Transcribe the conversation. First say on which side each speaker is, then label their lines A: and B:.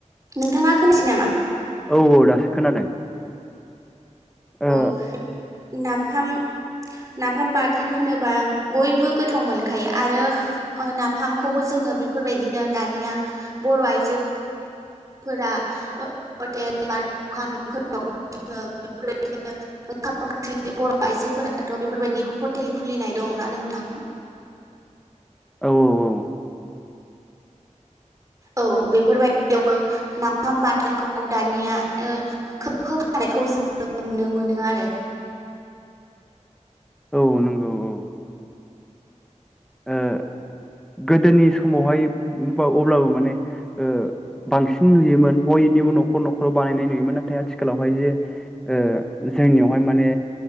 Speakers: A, on the right; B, in the centre.
A: नोंथाङा खोनायासै नामा
B: औ-औ दासो खोनादों ओ
A: औ नाफाम नाफाम बाथोन होनोबा बयबो गोथाव मोनखायो आरो ओह नाफामखौबो जों जोङो बेफोरबायदिनो दानिया बर' आइजो फोर ओह हटेल बा दखानफोराव <unintelligible> बेफोरबायदिनो ओंखाम ओंख्रि बर' आइजोफोराथ' बेफोरबायदि हटेल खुलिनाय दं ना नोंथां
B: औ-औ-औ
A: औ बेफोरबायदियावबो नाफाम बाथोनखौ दानिया ओह खोब होफानायखौ जोङो नुनो मोनो आरो
B: औ नंगौ औ ओ गोदोनि समावहाय होमबा अब्लाबो माने ओह बांसिन नुयोमोन बयनि बो न'ख न'खराव बानायनाय नुयोमोन नाथाय आथिखालावहाय जे ओह जोंनियावहाय माने